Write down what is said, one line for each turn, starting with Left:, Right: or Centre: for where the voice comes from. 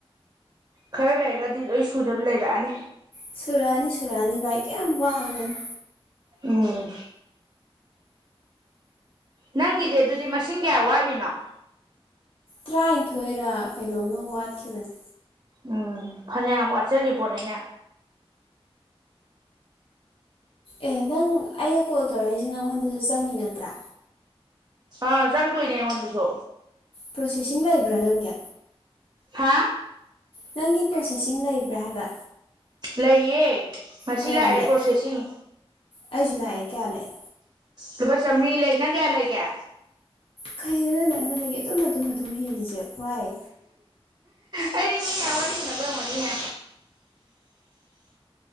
Right: ꯈꯔ ꯂꯩꯔꯒꯗꯤ ꯂꯣꯏ ꯁꯨꯗꯕ ꯂꯩꯔꯛꯑꯅꯤ
Left: ꯁꯨꯔꯛꯑꯅꯤ ꯁꯨꯔꯛꯑꯅꯤ ꯚꯥꯏ ꯀꯌꯥꯝ ꯋꯥꯠꯂꯤꯕꯅꯣ
Right: ꯎꯝ ꯅꯪꯒꯤꯗꯤ ꯑꯗꯨꯗꯤ ꯃꯁꯤꯡ ꯀꯌꯥ ꯋꯥꯠꯂꯤꯅꯣ
Left: ꯇꯔꯥꯅꯤꯊꯣꯏꯔ ꯀꯩꯅꯣꯝꯃ ꯋꯥꯠꯈꯤꯕꯅꯦ
Right: ꯎꯝ ꯐꯅ ꯑꯃꯨꯛ ꯋꯥꯠꯆꯔꯤ ꯄꯣꯠꯅꯤꯅꯦ
Left: ꯑꯦ ꯅꯪ ꯑꯩꯅ ꯀꯣꯜ ꯇꯧꯔꯛꯏꯁꯦ ꯅꯪꯉꯣꯟꯗꯁꯨ ꯆꯪꯉꯤ ꯅꯠꯇ꯭ꯔꯥ
Right: ꯑ ꯆꯪꯗꯣꯏꯅꯦ ꯑꯩꯉꯣꯟꯗꯁꯨ
Left: ꯄ꯭ꯔꯣꯁꯦꯁꯤꯡ ꯂꯩꯕ꯭ꯔꯥ ꯅꯪꯒꯤ
Right: ꯍꯥ
Left: ꯅꯪꯒꯤ ꯄ꯭ꯔꯣꯁꯦꯁꯁꯤꯡ ꯂꯩꯕ꯭ꯔꯥ ꯍꯥꯏꯕ
Right: ꯂꯩꯌꯦ ꯉꯁꯤ
Left: ꯀꯌꯥ
Right: ꯂꯥꯛꯑꯦ
Left: ꯂꯩ
Right: ꯄ꯭ꯔꯣꯁꯦꯁꯤꯡ
Left: ꯑꯩꯁꯨ ꯂꯥꯛꯑꯦ ꯀꯌꯥ ꯂꯥꯛꯑꯦ
Right: ꯂꯨꯄꯥ ꯆꯥꯝꯔꯤ ꯂꯩ ꯅꯪ ꯀꯌꯥ ꯂꯩꯒꯦ
Left: ꯈꯩꯗꯨꯗꯅ ꯑꯩꯉꯣꯟꯗꯒꯤ ꯑꯗꯨꯝ ꯑꯗꯨꯝ ꯑꯗꯨꯝ ꯍꯦꯜꯂꯤꯁꯦ ꯍꯏ
Right: ꯑꯩꯗꯤ ꯃꯤ ꯌꯥꯝꯌꯥꯝ ꯋꯥꯔꯤꯏꯁꯤꯅꯕ ꯍꯝꯉꯅꯤꯅꯦ